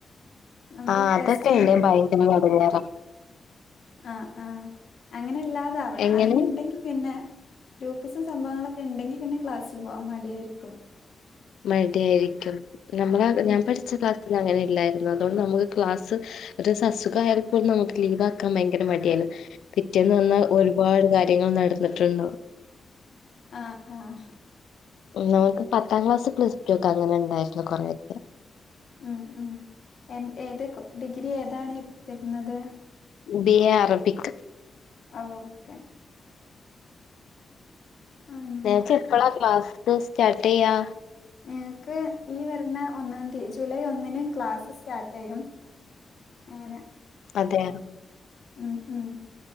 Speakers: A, on the left; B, on the left.
A: നമ്മുടെ
B: ആ അതൊക്കെ
A: പ്ലസ് ടുവില്
B: ഇണ്ട് ഭയങ്കരം എടങ്ങേറ
A: ആ ആ അങ്ങനെല്ലാതാവണം
B: എങ്ങനെ
A: അങ്ങനെ ഉണ്ടെങ്കിൽ പിന്നെ ഗ്രൂപ്പിസും സംഭവങ്ങളൊക്കെ ഉണ്ടെങ്കി പിന്നെ ക്ലാസ്സില് പോവാാൻ മടിയായിരിക്കും
B: മഴട ആായിരിക്കും നമ്മള
A: ഉം
B: ഞാൻ പഠിച്ച അങ്ങനെ ഇല്ലായിരുന്നു അതുകൊണ്ട് നമുക്ക് ക്ലാസ് ഒരു അസുഖ ആയപ്പോും നമുക്ക് ലീവ് ആക്കാൻ ഭയങ്കര മടിയായിരുന്നു പിറ്റേെന്ന് വന്ന ഒരുപാട് കാര്യങ്ങൾ നടന്നിട്ടുണ്ട്
A: ആഹ ആഹ
B: നമുക്ക് പത്താം ക്ലാസ് പ്ലസ് ടു ഒക്കെ അങ്ങനെ ഉണ്ടായിട്ടുള്ള കൊറെേ വ്യക്കം
A: ഉം ഉം എ ഏത് ഡിഗ്രി ഏതാണ് തരുന്നത്
B: ബ അറബിക്
A: ആ ഓക്കെ ഉം
B: ഞാച്ച എപ്പളാ ക്ലാസ് സ്റ്റാർട്ട് ചെയ്യാ
A: നക്ക് വരുന്ന ഒന്നാം തീയതി ജൂലൈ ഒന്നിനന് ക്ലാസ്സ് സ്റ്റാർട്ട് ചെയ്യും അങ്ങനെ
B: അതെ
A: ഉം ഉം